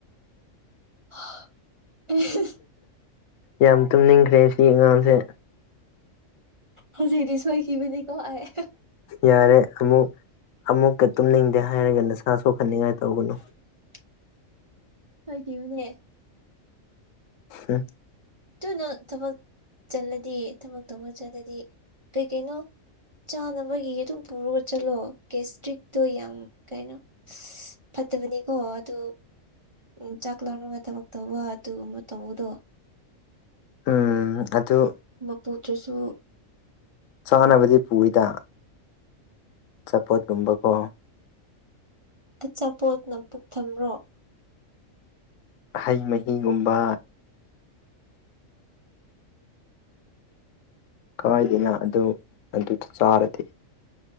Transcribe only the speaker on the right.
ꯑꯦ
ꯍꯧꯖꯤꯛꯗꯤ ꯁꯣꯏꯈꯤꯕꯅꯤꯀꯣ ꯑꯩ
<unintelligible> ꯍ ꯀꯕꯨꯅꯦ
ꯑꯗꯨꯨꯅ ꯊꯕꯛ ꯆꯠꯂꯗꯤ ꯊꯕꯛ ꯇꯧꯕ ꯆꯠꯂꯗꯤ ꯀꯩꯀꯩꯅꯣ ꯆꯥꯅꯕꯒꯤ ꯑꯗꯨꯝ ꯄꯨꯔꯒ ꯆꯠꯂꯣ ꯀꯦꯁꯇ꯭ꯔꯤꯛꯇꯣ ꯌꯥꯝ ꯀꯩꯅꯣ ꯐꯠꯇꯕꯅꯤꯀꯣ ꯑꯗꯨ ꯎ ꯆꯥꯛ ꯂꯥꯝꯃꯒ ꯊꯕꯛ ꯇꯧꯕ ꯑꯗꯨꯒꯨꯝꯕ ꯇꯧꯕꯗꯣ
ꯄꯨꯇ꯭ꯔꯁꯨ
ꯑꯆꯥꯄꯣꯠꯅ ꯄꯨꯛ ꯊꯔꯣ